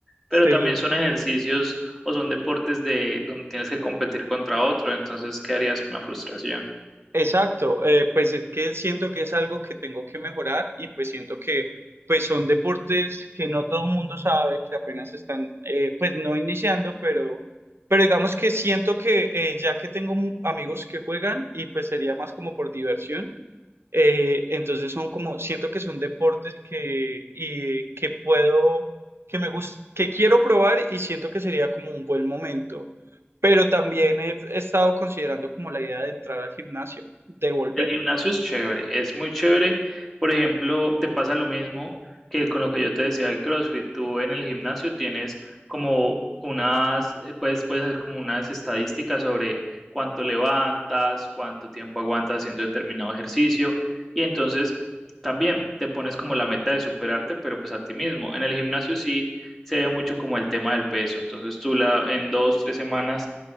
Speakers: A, in the centre; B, on the right.
A: pero
B: sí.
A: también son ejercicios o son deportes de donde tienes que competir contra otro, entonces, ¿qué harías con la frustración?
B: Exacto, eh, pues es que siento que es algo que tengo que mejorar y pues siento que pues son deportes que no todo el mundo sabe, que apenas están eh, pues no iniciando, pero, pero digamos que siento que eh, ya que tengo mu- amigos que juegan y pues sería más como por diversión, eh, entonces son como, siento que son deportes que, y, que puedo, que me gust que quiero probar y siento que sería como un buen momento. Pero también he, he estado considerando como la idea de entrar al gimnasio, de volver.
A: El gimnasio es chévere, es muy chévere. Por ejemplo, te pasa lo mismo que con lo que yo te decía del CrossFit. Tú en el gimnasio tienes como unas, eh, puedes, puedes hacer como unas estadísticas sobre cuánto levantas, cuánto tiempo aguantas haciendo determinado ejercicio. Y entonces también te pones como la meta de superarte, pero pues a ti mismo. En el gimnasio sí se ve mucho como el tema del peso. Entonces tú la, en dos, tres semanas